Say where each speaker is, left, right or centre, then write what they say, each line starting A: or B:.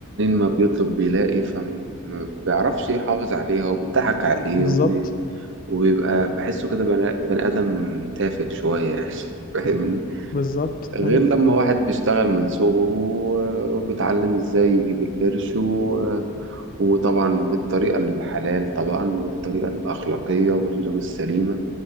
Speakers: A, on the right; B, on the left.
A: ما بيطلب بيلاقي فما بيعرفش يحافظ عليها وبتضحك عليه
B: بالظبط
A: وبي- وبيبقى بحسه كده بني بني آدم تافه شوية يعني <laughs> فاهم
B: بالظبط
A: غير
B: ايوه
A: لما واحد بيشتغل من صغره آه، وبيتعلم ازاي يجيب القرش و- آه، وطبعا بالطريقة الحلال طبعا والطريقة الأخلاقية وال- والسليمة